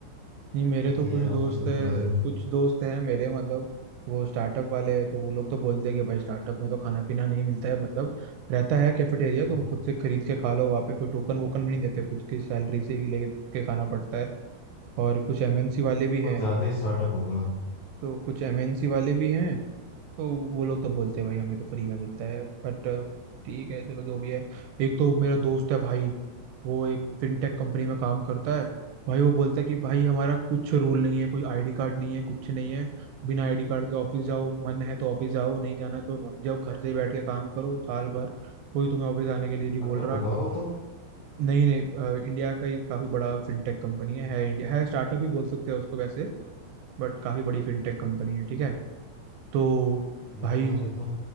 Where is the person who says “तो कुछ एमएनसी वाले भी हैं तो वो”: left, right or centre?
Right